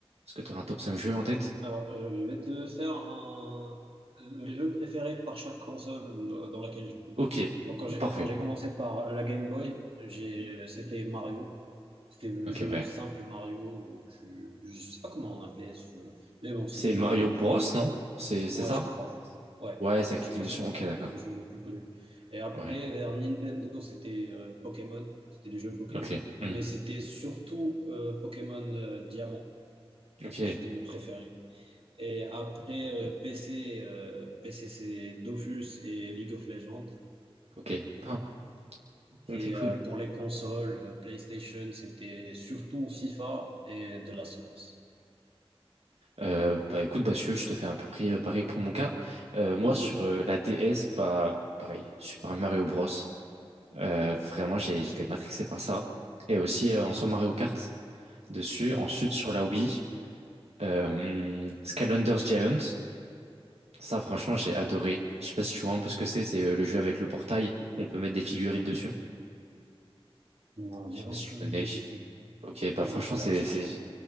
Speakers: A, on the right; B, on the right.
A: Est-ce que tu aurais un top 5 jeux en tête?
B: Alors, euh, je vais te faire un... mes jeux préférés par chaque console euh, dans laquelle j'ai joué.
A: Ok,
B: Donc, quand j'ai
A: parfait.
B: quand j'ai commencé par la Game Boy, j'ai c'était Mario. C'était le
A: Ok,
B: jeu
A: ouais.
B: simple Mario. Je... je sais pas comment on appelait ce jeu, mais bon, c'était
A: C'est Mario
B: Mario.
A: Bros, non? C'est, c'est
B: Ouais,
A: ça?
B: je crois. Ouais,
A: Ouais, c'est avec
B: je
A: toutes
B: crois
A: les missions.
B: que c'est le,
A: Ok, d'accord.
B: le jeu le plus connu. Et après,
A: Ouais.
B: vers Nintendo, c'était euh, Pokémon. C'était les jeux Pokémon,
A: Ok. Hmm.
B: mais c'était surtout euh, Pokémon euh, Diamant.
A: Ok.
B: C'était mon préféré. Et après euh,
A: Hmm.
B: PC, euh, PC c'est Dofus et League of Legends.
A: Ok. Ah. Ok,
B: Et
A: cool.
B: euh, pour les consoles, euh, PlayStation, c'était surtout FIFA et de Last of Us.
A: Euh, bah écoute, bah Mathieu, je te fais un peu près euh, pareil pour mon cas. Euh, moi,
B: Vas-y.
A: sur euh, la DS, bah pareil, Super Mario Bros. Euh, vraiment, j'ai- j'étais matrixé par ça. Et aussi, euh,
B: Mhm.
A: en soi, Mario Kart dessus.
B: Ok.
A: Ensuite, sur la Wii, euh, Skylanders Giant. Ça, franchement, j'ai adoré. Je sais pas si tu vois un peu ce que c'est. C'est euh, le jeu avec le portail. On peut mettre des figurines dessus.
B: Non, j'ai
A: Je sais pas
B: aucune
A: si tu connais.
B: idée de ce jeu,
A: Ok, bah
B: mais
A: franchement,
B: je vais
A: c'est
B: rechercher.
A: c'est-